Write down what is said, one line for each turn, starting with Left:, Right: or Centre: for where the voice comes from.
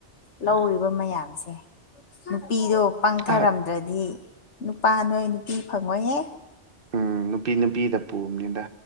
Right: ꯑ,
Left: ꯂꯧꯔꯤꯕ ꯃꯌꯥꯝꯁꯦ ꯅꯨꯄꯤꯗꯣ ꯄꯪꯊꯔꯝꯗ꯭ꯔꯗꯤ
Right: ꯑꯍ,
Left: ꯅꯨꯄꯥ ꯅꯣꯏ ꯅꯨꯄꯤ ꯐꯪꯉꯣꯏꯍꯦ
Right: ꯎꯝ ꯅꯨꯄꯤ ꯅꯨꯄꯤꯗ ꯄꯨꯕꯅꯤꯗ